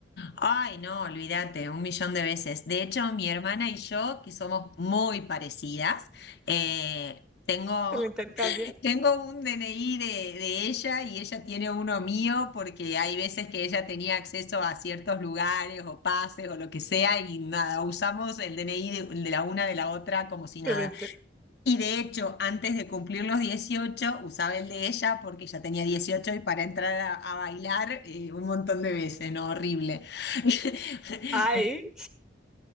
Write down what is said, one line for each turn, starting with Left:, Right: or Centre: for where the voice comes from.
Left: Ay, no, olvídate, un millón de veces. De hecho, mi hermana y yo, que somos muy parecidas, eh, tengo
Centre: Se la intercambian,
Left: Tengo un DNI de, de ella y ella tiene uno mío porque hay veces que ella tenía acceso a ciertos lugares o pases o lo que sea y nada, usamos el DNI de, de la una de la otra como si nada.
Centre: se la inter...
Left: Y de hecho, antes de cumplir los 18 usaba el de ella porque ya tenía 18 y para entrar a, a bailar eh, un montón de veces, ¿no? Horrible. <laughs>
Centre: Ay,